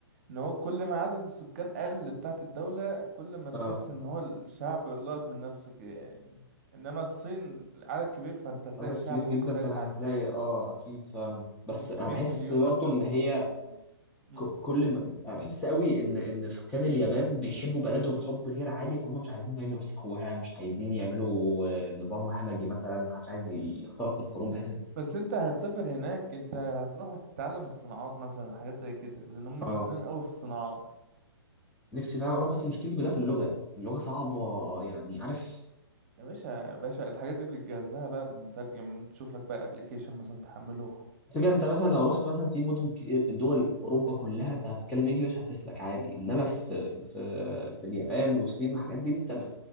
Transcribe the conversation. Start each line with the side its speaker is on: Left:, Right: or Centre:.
Right: ان هو كل ما عدد السكان قل بتاعت الدولة كل ما تحس
Centre: اه
Right: ان هو الشعب لقط من نفسه كده يعني انما الصين عدد كبير فانت تلاقي
Centre: عدد
Right: الشعب
Centre: كبير جدا
Right: مختلف
Centre: فهتلاقي
Right: عن التاني
Centre: اه اكيد فعلا
Right: م-
Centre: بس انا
Right: 100
Centre: بحس
Right: مليون
Centre: برضو
Right: مثلا
Centre: ان هي
Right: وحشين مم.
Centre: ك- كل ما أنا بحس قوي ان ان سكان اليابان بيحبوا بلدهم حب غير عادي فهم مش عايزين فاهم يوسخوها مش عايزين يعملوا آه، نظام همجي مثلا محدش عايز يخترق القانون بحيث
Right: بس انت هتسافر هناك انت هتروح هتتعلم الصناعات مثلا حاجات زي كده لان هم
Centre: اه
Right: شاطرين قوي في الصناعات
Centre: نفسي فعلا اروح بس مشكلتي كلها في اللغه اللغه صعبه يعني عارف
Right: يا باشا يا باشا الحاجات دي بتجهز لها بقى بمترجم تشوف لك بقى ابلكيشن مثلا تحمله
Centre: فكرة انت مثلا لو رحت مثلا في مدن كتير- دول اوروبا كلها انت هتتكلم انجليش هتسلك عادي انما في في في اليابان والصين والحاجات دي انت م-